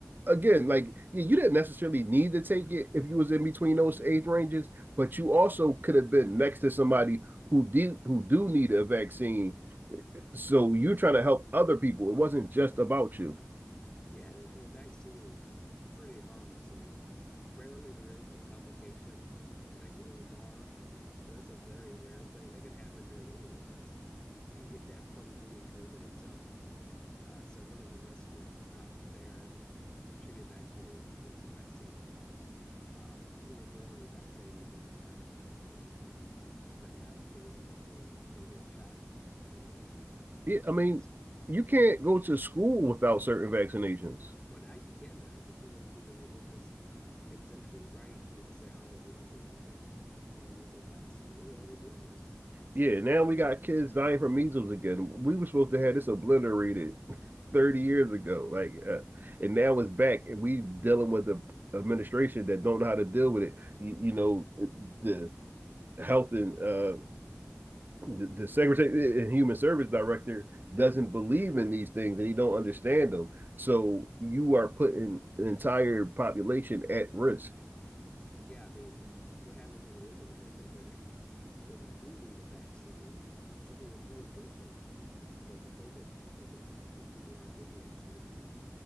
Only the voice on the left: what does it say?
Yeah, and and a vaccine is pretty harmless. I mean, rarely there is a complication with that Guillain-Barré, but that's a very rare thing. That can happen during any illness. You can get that from getting COVID itself. Uh, so really the risk is not there. You should get vaccinated if there's a vaccine. Um, when you're born, you're vaccinated against all kinds of things, right? But now you can't even handle a COVID shot as an adult.
Does
it make
Well, now you can though, because people do the religious exemption, right? And they just say, "Oh, we don't believe in the measles vaccine," and they all get measles. What do you say,
Human
services.
Yeah, I mean, what happens when there is another pandemic where we do need a vaccine, something that's more deadly than the COVID pandemic, and people aren't getting it? It's going to be